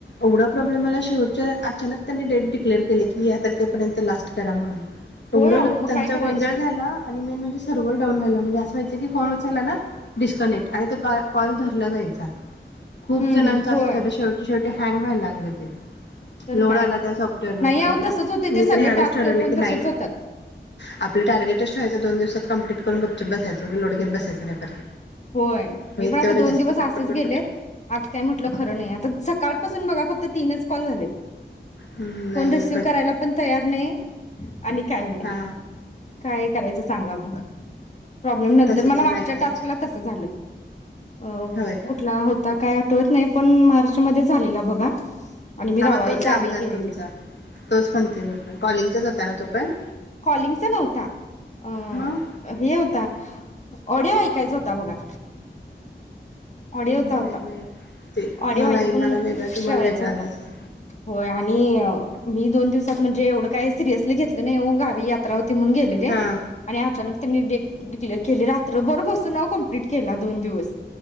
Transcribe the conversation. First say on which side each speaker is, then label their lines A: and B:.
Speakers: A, on the left; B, on the left.
A: एवढा प्रॉब्लेमला शेवटच्या अचानक त्यांनी डेट डिक्लेअर केले की या तारखेपर्यंत लास्ट करा म्हणून एवढं
B: होय अहो मग
A: त्यांचा
B: काय करायचे?
A: गोंधळ झाला. आणि मेन म्हणजे सर्व्हर डाऊन व्हायला म्हणजे असं व्हायचं की फोन उचलला ना डिस्कनेक्ट आणि ते कॉल धरला जायचा. खूप
B: हं,
A: जणांचं
B: हं. होय,
A: असं झालं शेवटी शेवटी हँग व्हायला. हो सांगते.
B: तर
A: लोड
B: काय.
A: आला त्या शाॅप् मी
B: नाही अहो तसंच होते ते सगळे
A: तर ह्यावेळे
B: टास्क
A: ठरवलंयच
B: पण
A: की नाही
B: तसेच होतात.
A: आपलं टार्गेटच ठेवाय दोन दिवसात कंप्टिट करून गपचूप बसायचं लोड घेत बसायचं नाही परत
B: होय,
A: होईल
B: मी पण आता
A: तेवढं
B: दोन
A: जास्त
B: दिवस
A: पटपट
B: असंच
A: पटपट
B: गेलेत. आज काय म्हटलं खरं नाही आता, सकाळपासून बघा फक्त तीनच कॉल झालेत.
A: हम्म, नाही
B: फोन रिसिव करायला पण तयार नाही आणि काय नाही.
A: हा
B: काय करायचं सांगा मग? प्रॉब्लेम नंतर
A: तसंच
B: मला
A: आहे
B: मागच्या
A: बायकांचं
B: टास्क तस झालं. अ
A: होय का?
B: कुठला होता काय आठवत नाही पण् मार्च मध्ये झालेला बघा. आणि मी
A: हा
B: गावा
A: म् तोच
B: गावी
A: आहे आमचा
B: गेलेले
A: तुमचा तोच म्हणते मी पण कॉलिंगचाच होता ना तो? पण्
B: कॉलिंगचा नव्हता अ्
A: मग
B: हे होता ऑडिओ ऐक्. तेच होता बघा. ऑडिओचा
A: नाही
B: होता
A: माहित. ते
B: ऑडिओ
A: मग
B: ऐकून
A: नाही मला वेगळा तुम्हाला
B: करायचा
A: वेगळा
B: होता.
A: आला असेल
B: होय आणि मी दोन् दिवसात म्हणजे एवढं काय सिरियसली घेतलं नाही ओ गावी यात्रा हो् ती म्हणून गेलेले
A: हा
B: आणि अचानक ते मी <unintelligible> क्लिअर केली रात्रभर बसून अओ कंप्लीट केला दोन दिवस.